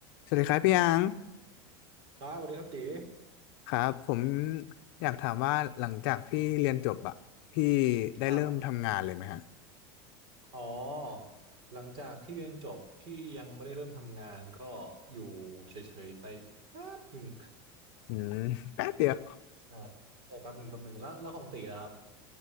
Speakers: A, on the left (about 60°); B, on the right (about 45°).
A: สวัสดีครับพี่อัง
B: ครับสวัสดีครับตี
A: ครับผมอยากถามว่าหลังจากพี่เรียนจบอะพี่ได้เริ่มทำงานเลยไหมฮะ
B: ครับอ๋อหลังจากที่เรียนจบพี่ยังไม่ได้เริ่มทำงานก็อยู่เฉยๆไปแป๊บหนึ่ง
A: อืมแป๊บเดียว
B: <laughs> ใช่ <laughs> ใช่แป๊บหนึ่งแป๊บหนึ่งแล้วแล้วของตีล่ะครับ